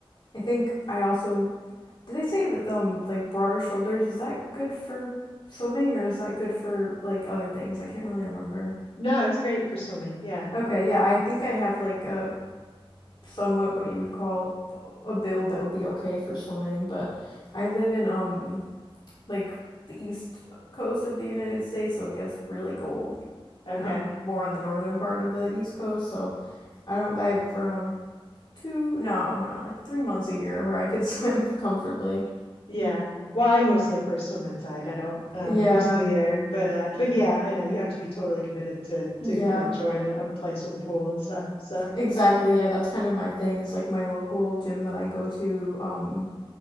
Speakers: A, on the left; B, on the left.
A: I think I also Do they say that um like broader shoulders is that good for swimming or is that good for like other things? I can't really remember.
B: No, it's great for swimming. Yeah.
A: Okay, yeah, I think I have like a somewhat what you would call a build that would be okay for swimming, but I live in um like the east coast of the United States, so it gets really cold.
B: Okay.
A: And I'm like more on the northern part of the east coast, so I don't I have around two no, no, like 3 months a year where I could swim <laughs> comfortably.
B: Yeah. Well, I mostly, of course, swim inside. I don't um,
A: Yeah.
B: most of the year, but uh, but yeah, I know you have to be totally committed to
A: Yeah.
B: to like join a place with a pool and stuff. So
A: Exactly. Yeah, that's kind of my thing is like my local gym that I go to um